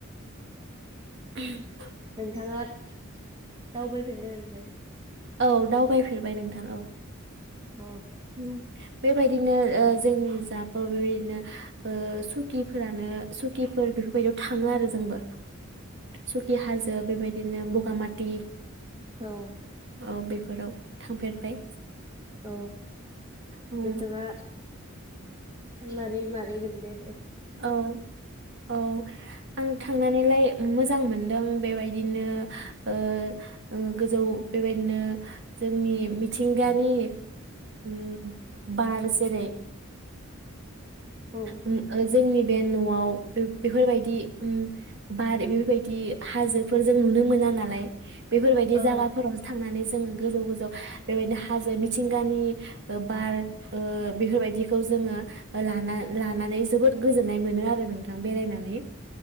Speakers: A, on the right (about 55°); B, on the right (about 25°).
A: <inaudible>
B: नोंथाङा दावबायफेरनो मोनबाय?
A: औ दावबायफेरबाय नोंथां औ।
B: औ
A: उम बेबायदिनो ओ जोंनि जाबाव बेनो ओ सुकिफोरानो सुकिफोर बेफोरबायदियाव थाङो आरो जोंबो। सुथि हाजेब बेबायदिनो बगामाथि
B: औ
A: ओ बेफोराव थांफेरबाय?
B: औ
A: उम
B: नोंथाङा थांनानै मारै मोनदो?
A: औ औ आं थांनानैलाय मोजां मोनदों बेबायदिनो ओ ओ गोजौ बेबायदिनो जोंनि मिथिंगानि उम बार जेरै
B: औ
A: उम ओ जोंनि बे न'आव बे-बेफोरबायदि उम बार बेफोरबायदि हाजोफोर जों नुनो मोना नालाय बेफोरबायदि
B: औ
A: जागाफोरावसो थांनानै जोङो गोजौ गोजौ बेबायदिनो हाजो मिथिंगानि ओ बार ओ बेफोरबायदिखौ जोङो लाना लानानै जोबोद गोजोननाय मोनो आरो नोंथां बेरायनानै।